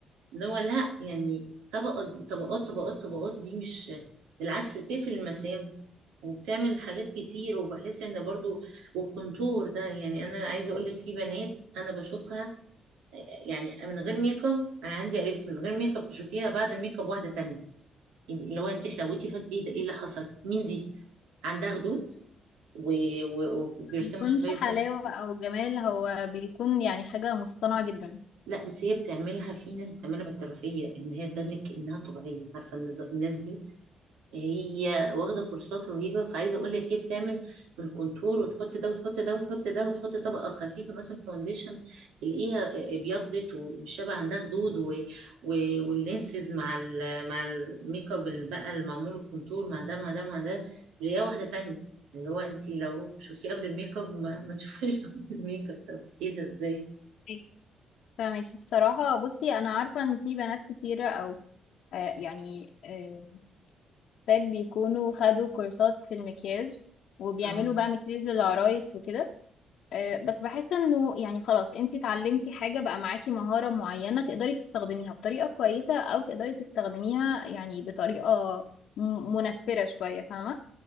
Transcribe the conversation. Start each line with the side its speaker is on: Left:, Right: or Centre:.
Right: اللي هو لا يعني طبقة طبقات طبقات طبقات دي مش بالعكس بتقفل المسام وبتعمل حاجات كتير وبحس ان برضو والكونتور ده يعني انا عايزه اقول لك في بنات انا بشوفها آه، يعني من غير ميك اب انا عندي قريبتي من غير ميك اب تشوفيها بعد الميك اب واحده تانية يعني اللي هو انت حلوتي فجأة ايه ده ايه اللي حصل مين دي عندها خدود و- و- وبيرسموا
Left: ما بيكونش
Right: شفايف
Left: حلاوه او جمال هو بيكون يعني حاجه مصطنعه جدا
Right: لا بس هي بتعملها في ناس بتعملها باحترافيه ان هي تبان لك انها طبيعيه عارفه النز- الناس دي هي واخده كورسات رهيبه فعايزه اقول لك هي بتعمل الكونتور وتحط ده وتحط ده وتحط ده وتحط طبقه خفيفه مثلا فاونديشن تلاقيها ابيضت والشبع عندها خدود و... و... واللينسز مع ال... مع الميك اب اللي بقى المعمول الكونتور مع ده مع ده مع ده تلاقيها واحده تانية اللي هو انت لو شفتيه قبل الميك اب ما, ما تشوفيش <laughs> بعد الميك اب طب ايه ده ازاي؟
Left: فاهمك- فاهمكي بصراحه بصي انا عارفه ان في بنات كتيره او آه يعني آه ستات بيكونوا خدوا كورسات في المكياج وبيعملوا
Right: اه
Left: بقى مكياج للعرايس وكده آه، بس بحس انه يعني خلاص انتي اتعلمتي حاجة بقى معاكي مهارة معينة تقدري تستخدميها بطريقة كويسة او تقدري تستخدميها يعني بطريقة م- منفرة شوية فاهمة